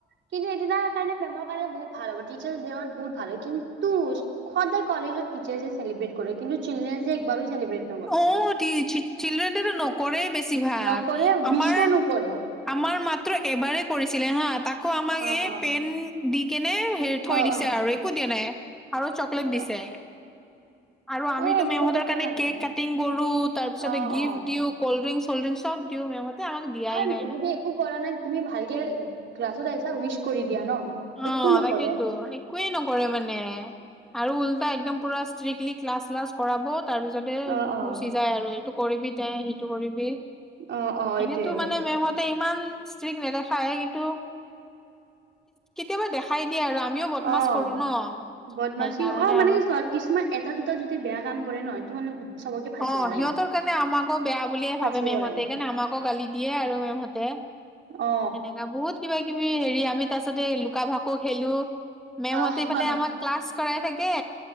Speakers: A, on the right (about 65°); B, in the centre.
A: কিন্তু এইটো তাৰ কাৰণে মেমক বহুত ভাল টিচাৰ ডেত বহুত ভাল হয়। কিন্তু সদায় কলেজত টিচাৰচ ডে চেলিব্ৰেট কৰে। কিন্তু চিলড্ৰেন ডে একবাৰো চেলিব্ৰেট নকৰে।
B: অ' চিল্ড্ৰেন ডেটো নকৰে। বেছিভাগ
A: নকৰে উইচো
B: আমাৰ
A: নকৰে।
B: আমাৰ মাত্ৰ এবাৰে কৰিছিলে হা তাকো আমাক
A: অ',
B: এই
A: অ',
B: পেন দি কেনে হেৰি থৈ
A: অ',
B: দিছে
A: অ',
B: আৰু একো দিয়া নাই আৰু চকলেট দিছে।
A: অ
B: আৰু আমিতো
A: এ এনেকুৱা
B: মেমহঁতৰ
A: কৰিব
B: কাৰণ
A: নালাগে।
B: কেক কাটিং কৰো তাৰ পিছতে
A: অ',
B: গিফ্ট
A: অ'।
B: দিও কল্ড ড্ৰিংক চল্ড ড্ৰিংক চব দিও মেমহতে আমাক দিয়াই
A: আৰু
B: নাই
A: যদি একো কৰা নাই তুমি ভালকে ক্লাছত আহিছা উইচ কৰি দিয়া ন।
B: অ'
A: একো নকৰে।
B: তাকেইতো একোৱেই নকৰে মানে। আৰু উল্টা একদম পুৰা ষ্ট্ৰিক্টলি ক্লাছ চ্লাছ কৰা তাৰ পিছতে
A: অ', অ',
B: গুচি যায় আৰু এইটো কৰিবি তে সিটো কৰিবি
A: অ' অ' এইটোৱে।
B: এনেতো মানে মেমহঁতে ইমান ষ্ট্ৰিক নেদেখায়ে কিন্তু কেতিয়াবা দেখাই। কি আৰু আমিও বদমছ
A: অ'।
B: কৰো ন
A: বদমাচি
B: সেইকাৰণে
A: অ মানে
B: আৰু
A: কি চোৱা কিছুমান এটা দুটা যদি বেয়া কাম কৰে নহয় এইটো মানে চবকে ফাচিব
B: অ
A: লাগে
B: সিহঁতৰ কাৰণে আমাকো বেয়া বুলিয়ে
A: ফাচিব
B: ভাবে মেমহতে
A: লাগে
B: সেইকাৰণে আমাকো গালি দিয়ে আৰু মেমহঁতে।
A: অ
B: <inaudible> আমি তাৰছতে লুকা-ভাকু খেলো মেমহঁতে
A: আহ
B: ইফালে আমাক ক্লাছ কৰাই থাকে।